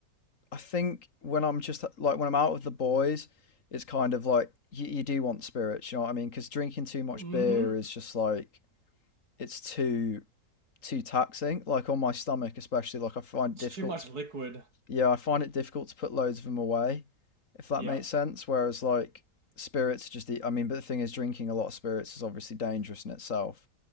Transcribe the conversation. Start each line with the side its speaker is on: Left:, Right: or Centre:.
Left: I think when I'm just like when I'm out with the boys, it's kind of like you, you do want spirits, you know what I mean? Because drinking too much
Right: hmm
Left: beer is just like it's too too taxing. Like on my stomach, especially, like I find it
Right: It's
Left: difficult
Right: too much
Left: to
Right: liquid.
Left: yeah, I find it difficult to put loads of them away, if that
Right: Yeah.
Left: makes sense. Whereas like spirits, just the, I mean, but the thing is, drinking a lot of spirits is obviously dangerous in itself.